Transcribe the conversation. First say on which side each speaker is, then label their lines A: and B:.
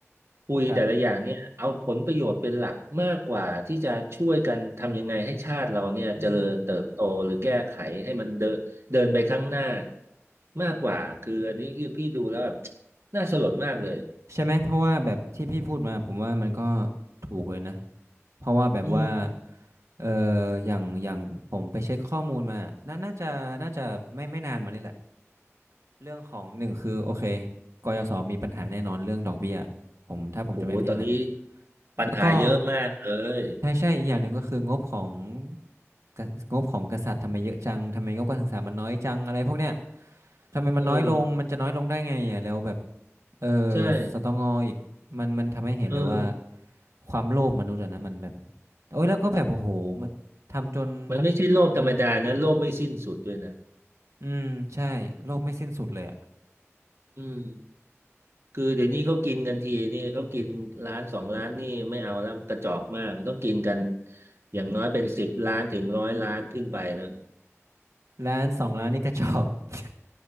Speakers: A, on the right; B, on the right.
A: คุยแต่ละอย่างเนี่ยเอาผลประโยชน์เป็นหลักมากกว่าที่จะช่วยกันทำยังไงให้ชาติเราเนี่ยเจริญเติบโตหรือแก้ไขให้มันเดินเดินไปข้างหน้า
B: ครับอืม
A: มากกว่าคืออันนี้คือพี่ดูแล้วแบบน่าสลดมากเลย
B: ใช่ไหมเพราะว่าแบบที่พี่พูดมาผมว่ามันก็ถูกเลยนะเพราะว่าแบบว่า
A: อืม
B: เอออย่างอย่างผมไปเช็คข้อมูลมาน่าน่าจะน่าจะไม่ไม่นานมานี่แหละเรื่องของหนึ่งคือโอเคกยศมีปัญหาแน่นอนเรื่องดอกเบี้ยผมถ้าผมจะไม่ผิดนะ
A: โอ้ยตอนนี้ปัญหาเยอะมากเลย
B: แล้วก็ใช่ใช่อีกอย่างหนึ่งก็คืองบของกะงบของกษัตริย์ทำไมเยอะจังทำไมงบการศึกษามันน้อยจังอะไรพวกเนี้ยทำไมมันน้อยลงมันจะน้อยลงได้ไงอ่ะแล้วแบบ
A: อืม
B: เออ
A: ใช่
B: สตงอีกมันมันทำให้เห็นเลยว่า
A: เออ
B: ความโลภมนุษย์อะนะมันแบบโอ้ยแล้วก็แบบโอ้โหมาทำจน
A: มันไม่ใช่โลภธรรมดานะโลภไม่สิ้นสุดด้วยนะ
B: อืมใช่โลภไม่สิ้นสุดเลยอะ
A: อืมคือเดี๋ยวนี้เขากินกันทีนี่เขากินร้านสองร้านนี่ไม่เอาแล้วกระจอกมากต้องกินกันอย่างน้อยเป็นสิบล้านถึงร้อยล้านขึ้นไปนะ
B: ร้านสองร้านนี่กระจอก <laughs>